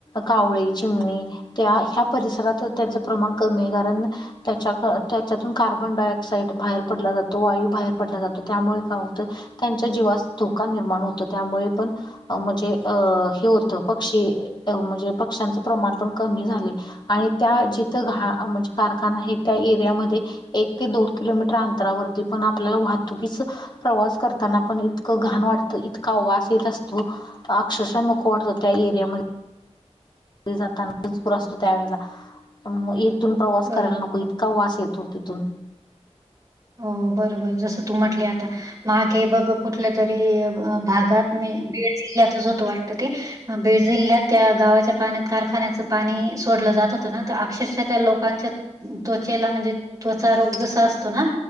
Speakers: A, on the left; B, on the right.
A: कावळे,, चिमणी,, त्या ह्या परिसरात त्यांचं प्रमाण कमी आहे,, कारण त्याच्या, त्याच्यातून कार्बन डाय ऑक्साइड बाहेर पडला जातो, वायू बाहेर पडला जातो, त्यामुळे काय होतं त्यांच्या जीवास धोका निर्माण होतो त्यामुळे पण म्हणजे अ हे होतं पक्षी म्हणजे पक्ष्यांचं प्रमाण पण कमी झाले. आणि त्या जिथं घ म्हणजे कारखाना आहे त्या एरियामध्ये एक ते दोन किलोमीटर अंतरावरती पण आपल्याला वाहतुकीच प्रवास करताना पण इतकं घाण वाटतं इतका वास येत असतो. अक्षरशः नको वाटतं त्या एरियामध्ये जातर असतो त्यावेला मग इथून प्रवास
B: बरोबर.
A: करायला नको. इतका वास येतो तिथून
B: हो बरोबर जसं तू म्हटले आता मागे बघ कुठल्या तरी भागात मी बीड जिल्ह्यातच होतो वाटत ते बीड जिल्ह्यात त्या गावाच्या पाण्यात कारखान्याच पाणी सोडलं जात होतं ना तर अक्षरशः त्या लोकांच्या त्वचेला म्हणजे त्वचा रोग जसा असतो ना,